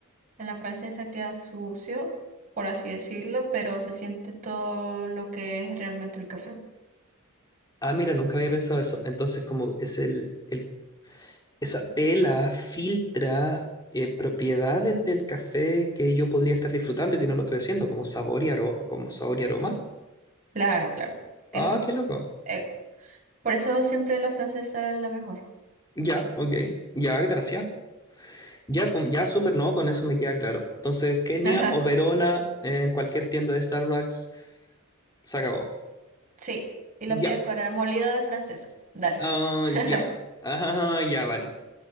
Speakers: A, on the right; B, on the left.
A: En la francesa queda sucio, por así decirlo, pero se siente todo lo que es realmente el café.
B: Ah, mira, nunca había pensado eso. Entonces, como es el, el esa vela filtra eh, propiedades del café que yo podría estar disfrutando y que no lo estoy haciendo, como sabor y, aro- como sabor y aroma.
A: Claro, claro. Eso.
B: Ah, qué loco.
A: Eh, por eso siempre la francesa es la mejor.
B: Ya, ok. Ya, gracias. Ya, pum, ya, súper, no, con eso me queda claro. Entonces, Kenia
A: <laughs> Ajá.
B: o Verona en cualquier tienda de Starbucks, se acabó.
A: Sí. Y lo
B: Ya,
A: pides para molido de francesa. Dale.
B: ah,
A: <laughs>
B: ya. Ajá, ya, vale.